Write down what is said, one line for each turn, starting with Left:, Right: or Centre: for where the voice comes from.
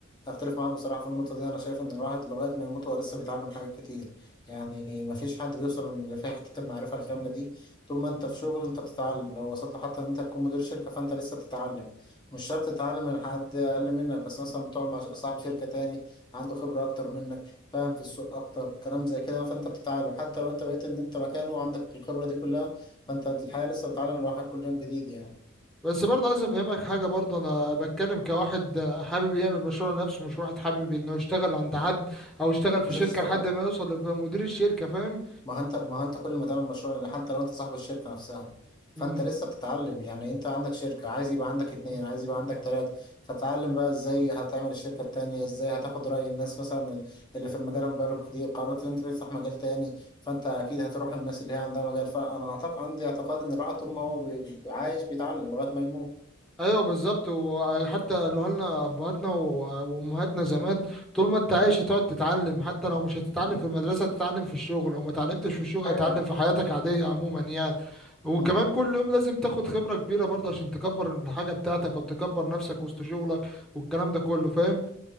Left: أختلف معاك بصراحة في النقطة دي أنا شايف إن الواحد لغاية ما يموت هو لسه بيتعلم حاجات كتير يعني مفيش حد بيوصل لفي حتة المعرفة الكاملة دي طول ما أنت في شغل أنت بتتعلم لو وصلت لحتى إن أنت تكون مدير شركة فأنت لسه بتتعلم مش شرط تتعلم من حد أقل منك بس مثلا بتقعد مع صاحب شركة تاني عنده خبرة أكتر منك فاهم في السوق أكتر كلام زي كده فأنت بتتعلم حتى لو أنت بقيت إن أنت مكانه وعندك الخبرة دي كلها فأنت الحياة لسه بتتعلم الواحد كل يوم جديد يعني
Centre: بس برضه عايز افهمك حاجه برضه انا بتكلم كواحد حابب يعمل مشروع لنفسه مش واحد حابب انه يشتغل عند حد او يشتغل في
Left: مش
Centre: شركه
Left: هتشتغل
Centre: لحد ما يوصل لبقى مدير الشركه فاهم
Left: ما هو انت ما هو انت كل ما تعمل مشروع لأن حتى لو انت صاحب الشركة نفسها فانت
Centre: امم
Left: لسه بتتعلم يعني انت عندك شركة عايز يبقى عندك اتنين عايز يبقى عندك تلاتة فتعلم بقى ازاي هتعمل الشركة التانية ازاي هتاخد رأي الناس مثلا ال- اللي في المجال بقالهم كتير قررت ان انت تفتح مجال تاني فانت اكيد هتروح للناس اللي هي عندها مجال فانا اعتقد عندي اعتقاد ان الواحد طول ما هو بي... عايش بيتعلم لغاية ما يموت
Centre: ايوه بالظبط وحتى لو لنا ابهاتنا و- وامهاتنا زمان طول ما انت عايش هتقعد تتعلم حتى لو مش هتتعلم
Left: مم.
Centre: في المدرسه تتعلم في الشغل لو ما اتعلمتش في الشغل
Left: ايوه
Centre: هتتعلم في حياتك عاديه عموما يعني وكمان
Left: مم.
Centre: كل يوم لازم تاخد خبره كبيره برضه عشان تكبر الحاجه بتاعتك او تكبر نفسك وسط شغلك والكلام ده كله فاهم